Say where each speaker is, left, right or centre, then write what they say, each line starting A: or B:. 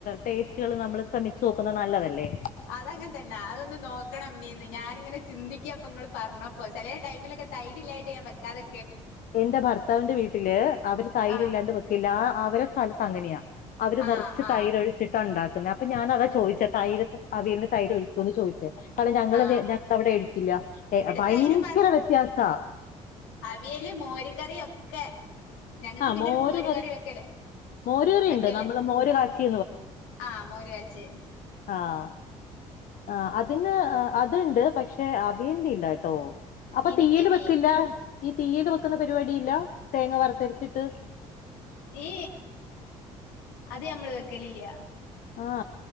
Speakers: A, on the left; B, on the left.
A: ടേസ്റ്റുകളും നമ്മൾ ശ്രമിച്ച് നോക്കുന്നത് നല്ലതല്ലേ
B: അതങ്ങനെ തന്ന അതൊന്നു നോക്കണം <unintelligible> ഞാൻ ഇങ്ങനെ ചിന്തിക്കാ നിങ്ങള് പറഞ്ഞപ്പോ ചെല ടൈം മിലോ തൈര് ഇല്ല്യായിട്ട് ഞാൻ വക്കാതെ
A: എന്റെ ഭർത്താവിന്റെ വീട്ടില് അവര് തൈര്
B: ആഹ്
A: ഇല്ലാണ്ട് വെക്കില്ല അവരു സ്ഥലത്ത് അങ്ങനെയാ അവര്
B: ആഹ്
A: നിറച്ച്
B: ആഹ്
A: തൈര് ഒഴിച്ചിട്ട് ഉണ്ടാ അപ്പൊ ഞാനതാ ചോദിച്ചേ തൈര് അവിയലിനു തൈര് ഒഴിക്കുവോന്നു ചോദിച്ചേ കാരണം ഞങ്ങളത്ഇവിടെ
B: ആഹ്
A: ഒഴിക്കില്ല ഞങ്ങവിടെ
B: ഇവിടെ
A: ഭയങ്കര
B: തൈര് മസ്
A: വ്യത്യാസാ
B: അവിയല് മോരുകറി ഒക്കെ ഞങ്ങക്ക്
A: ആ
B: പിന്നെ
A: മോര്
B: ഒരു മോരു കറി വയ്ക്കല്
A: മോര് കറി
B: വെക്കല്
A: ഉണ്ട് നമ്മള് മോര് കാച്ചി
B: ആ മോര് കാച്ചിയെ
A: ആഹ്‌ ആ അതിന് അതുണ്ട് പക്ഷെ അവിയലിനു ഇല്ലാട്ടോ അപ്പൊ
B: എനിക്ക്
A: തീയിൽ
B: മീ
A: വെക്കില്ല ഈ തീയി ൽ വെക്കുന്ന പരിപാടി ഇല്ല തേങ്ങ വർത്തെരിച്ചിട്ട്
B: ഏ അത് നമ്മള് വെക്കലില്ല
A: ആ